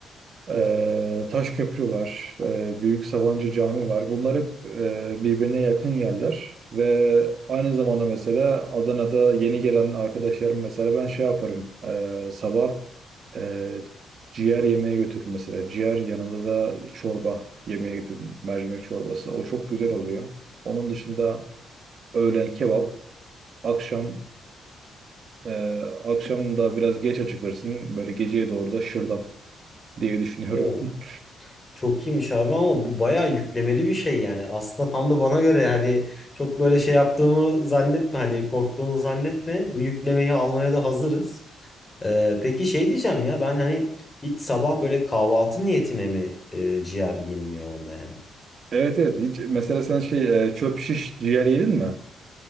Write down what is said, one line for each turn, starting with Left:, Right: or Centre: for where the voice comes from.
Right: ee, Taş Köprü var, ee, Büyük Sabancı Cami var. Bunlar hep e, birbirine yakın yerler ve aynı zamanda mesela Adana'da yeni gelen arkadaşlarım mesela ben şey yaparım ee, sabah ee, ciğer yemeğe götürürüm mesela ciğer yanında da çorba yemeğe götürürüm mercimek çorbası o çok güzel oluyor. Onun dışında öğlen kebap, akşam ee, akşam da biraz geç açılırsın böyle geceye doğru da şırdan diye düşünüyorum.
Left: Oo.
Right: <laughs>
Left: Çok iyiymiş abi ama bu bayağı yüklemeli bir şey yani. Aslında tam da bana göre yani çok böyle şey yaptığımı zannetme hani korktuğumu zannetme. Bu yüklemeyi almaya da hazırız. Ee, peki şey diyeceğim ya ben hani hiç sabah böyle kahvaltı niyetine mi e, ciğer yeniliyor orada yani?
Right: Evet evet hiç mesela sen şey e, çöp şiş ciğer yedin mi?